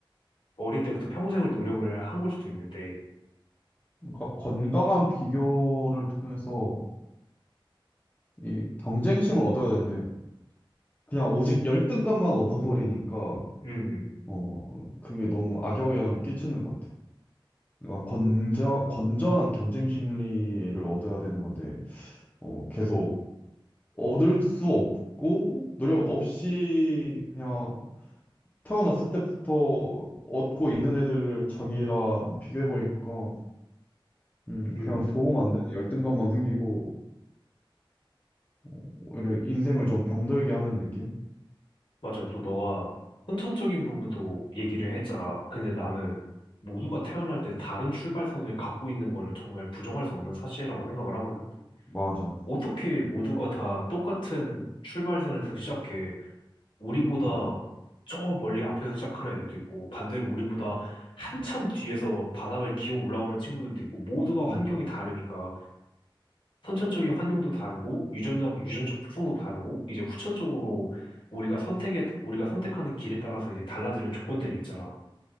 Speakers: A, on the left; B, on the left.
A: 어릴 때부터 평생을 노력을 한 걸 수도 있는데,
B: 그러니까 건강한 비교를 통해서 이 경쟁심을 얻어야 되는데 그냥 오직 열등감만 얻어버리니까
A: 음,
B: 어 그게 너무 악영향을 끼치는 것 같아. 그러니까 건전 건전한 경쟁 심리를 얻어야 되는 건데 어 계속 얻을 수 없고 노력 없이 그냥 태어났을 때부터 얻고 있는 애들을 자기랑 비교해버리니까 음
A: 음.
B: 그냥 도움 안 되는 열등감만 생기고 어, 오히려 인생을 좀 병들게 하는 느낌?
A: 맞아. 또 너가 선천적인 부분도 얘기를 했잖아. 근데 나는 모두가 태어날 때 다른 출발선을 갖고 있는 거는 정말 부정할 수 없는 사실이라고 생각을 하거든.
B: 맞아.
A: 어떻게 모두가 다 똑같은 출발선에서 시작해 우리보다
B: 음,
A: 저 멀리 앞에서 시작하는 애들도 있고 반대로 우리보다 한참
B: 음,
A: 뒤에서 바닥을 기어 올라오는 친구들도 있고 모두가 환경이
B: 음.
A: 다르니까 선천적인 환경도 다르고 유전적 유전적 특성도 다르고 이제 후천적으로 우리가 선택에 우리가 선택하는 길에 따라서 이제 달라지는 조건들이 있잖아.